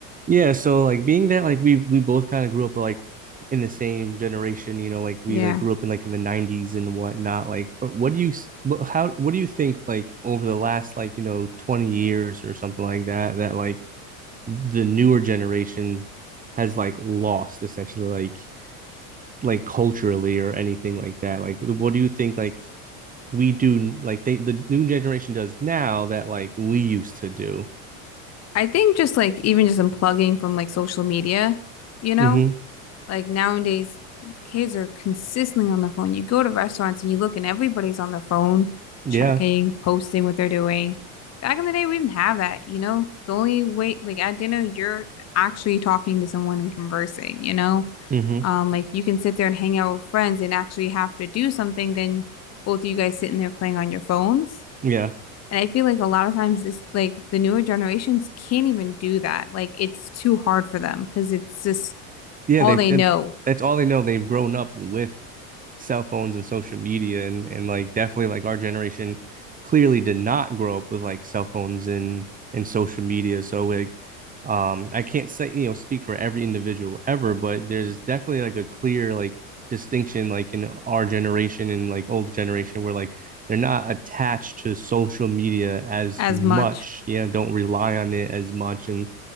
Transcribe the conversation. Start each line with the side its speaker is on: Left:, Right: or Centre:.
Right: Yeah, so like being that like we we both kind of grew up like in the same generation, you know, like we
Left: Yeah.
Right: like grew up in like in the 90s and whatnot. Like uh, what do you s- what, how what do you think like over the last like, you know, 20 years or something like that that like the newer generation has like lost essentially like like culturally or anything like that. Like what do you think like we do like they the new generation does now that like we used to do?
Left: I think just like even just unplugging from like social media, you know?
Right: Mm-hmm.
Left: Like nowadays kids are consistently on the phone. You go to restaurants and you look and everybody's on their phone,
Right: Yeah.
Left: checking, posting what they're doing. Back in the day we didn't have that, you know? The only way like at dinner you're actually talking to someone and conversing, you know?
Right: Mm-hmm.
Left: Um like you can sit there and hang out with friends and actually have to do something than both of you guys sitting there playing on your phones.
Right: Yeah.
Left: And I feel like a lot of times this like the newer generations can't even do that. Like it's too hard for them because it's just
Right: yeah,
Left: all
Right: they've
Left: they
Right: did
Left: know
Right: that's all they know. They've grown up with cell phones and social media and and like definitely like our generation clearly did not grow up with like cell phones and and social media. So like um I can't say you know speak for every individual ever, but there's definitely like a clear like distinction like in our generation and like old generation where like they're not attached to social media as
Left: as
Right: much.
Left: much.
Right: Yeah, don't rely on it as much and